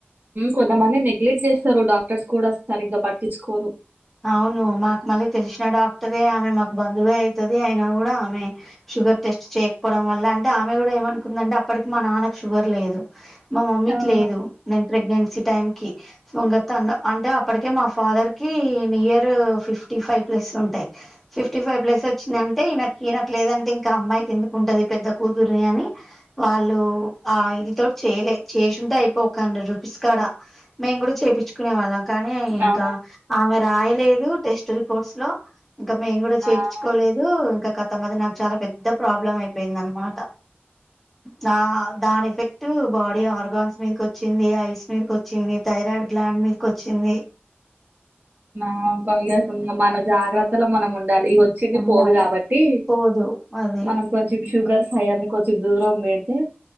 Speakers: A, on the right (about 50°); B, in the centre.
A: కొంతమంది నెగ్లెక్ట్ చేస్తారు డాక్టర్స్ కూడ సరిగ్గ పట్టిచుకోరు
B: అవును మాకు మళ్ళీ తెలిసిన డాక్టరే ఆమె మాకు బంధువే అవుతది అయిన కూడ ఆమె షుగర్ టెస్ట్ చేయకపోవడం వల్ల అంటే ఆమె కూడా ఏమనుకుందంటే అప్పటికి మా నాన్నకు షుగర్ లేదు మా మమ్మీకి
A: ఆ
B: లేదు నేను ప్రెగ్నెన్సీ టైం కి <unintelligible> అన్న అంటే అప్పటికే మా ఫాదర్ కి నియర్ ఫిఫ్టీ ఫైవ్ ప్లస్ ఉంటాయ్ ఫిఫ్టీ ఫైవ్ ప్లేస్ వచ్చిందంటే ఇనకు ఇనక లేదంటే ఇంకా అమ్మాయికి ఎందుకు ఉంటంది పెద్ద కూతురిని అని వాళ్ళు ఆయనతో చేయలే చేసింటే అయిపోయి ఒక హండ్రెడ్ రూపీస్ కాడ మేము కూడ చెపిచ్చు కునే వాళ్ళం కానీ ఇంకా
A: ఆ
B: ఆమె రాయలేదు టెస్ట్ రిపోర్ట్స్ లో ఇంకా మేము కూడ చేపైచుకోలే
A: ఆ
B: <unintelligible> ఇంకా కతం నాకు చాల పెద్ద ప్రాబ్లం అయిపోయింది అనమాట ద దాని ఎఫెక్ట్ బాడీ ఆర్గాన్స్ మీదకి వచ్చింది ఐస్ మీదకి వచ్చింది థైరాయిడ్ గ్లాండ్ <unintelligible> కొచ్చింది
A: <unintelligible> మన జాగ్రత్తలో మనం ఉండాలి ఇగో <unintelligible>
B: ఉండాలి
A: పోదు కాబట్టి
B: పోదు అది
A: మనం కొంచెం షుగర్ ఫైర్ ని కొంచెం దూరం పెడితే